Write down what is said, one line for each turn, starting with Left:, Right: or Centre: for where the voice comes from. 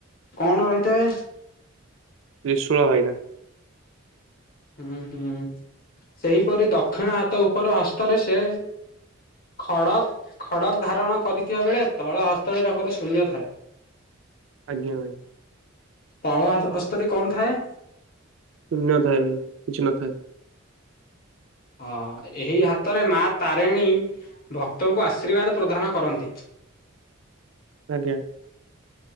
Left: କଣ ରହିଥାଏ?
Right: ତ୍ରିଶୂଳ ଭାଇନା।
Left: ହୁଁ ହୁଁ। ସେହିପରି ଦକ୍ଷିଣ ହାତ ଉପର ହସ୍ତରେ ସେ ଖଡ଼ ଖଡ଼କ ଧାରଣ କରିଥିବା ବେଳେ ତଳ ହସ୍ତ ତାଙ୍କର ଶୂନ୍ୟ ଥାଏ।
Right: ଆଜ୍ଞା ଭାଇ।
Left: ତଳ ହସ୍ତଟି କଣ ଥାଏ?
Right: ନ ଥାଏ ଭାଇ କିଛି ନଥାଏ।
Left: ହଁ, ଏହି ହାତରେ ମା ତାରିଣୀ ଭକ୍ତଙ୍କୁ ଆଶୀର୍ବାଦ ପ୍ରଦାନ କରନ୍ତି।
Right: ଆଜ୍ଞା।